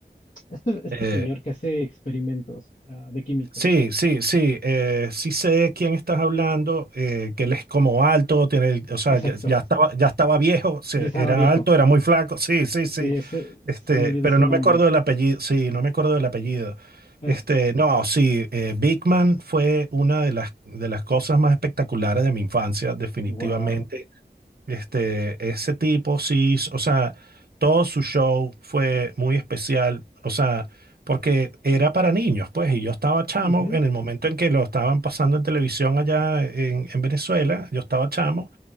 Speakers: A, on the left; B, on the right.
A: Este, este
B: eh,
A: señor que hace experimentos ah, de químicos.
B: sí, sí, sí, eh, sí sé de quién estás hablando, eh, que él es como alto, tiene, el- o sea,
A: Exacto.
B: ya, ya estaba, ya estaba viejo, sí,
A: Ya estaba
B: era
A: viejo.
B: alto, era muy flaco, sí, sí,
A: Sí,
B: sí,
A: ese,
B: Este,
A: se me olvidó
B: pero
A: su
B: no
A: nombre.
B: me acuerdo del apellido, sí, no me acuerdo del apellido.
A: Bueno,
B: Este, no, sí, eh, Big Man fue una de las, de las cosas más espectaculares de mi infancia, definitivamente.
A: Wow.
B: Este, ese tipo, sí, s- o sea, todo su show fue muy especial, o sea, porque era para niños, pues, y yo estaba chamo
A: Ujú,
B: en el momento en que lo estaban pasando en televisión allá en, en Venezuela, yo estaba chamo.